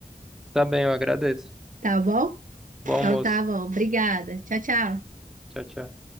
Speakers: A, in the centre; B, on the right.
A: Tá bem, eu agradeço.
B: tá bom?
A: Bom almoço.
B: Então tá bom. Obrigada. Tchau, tchau.
A: Tchau, tchau.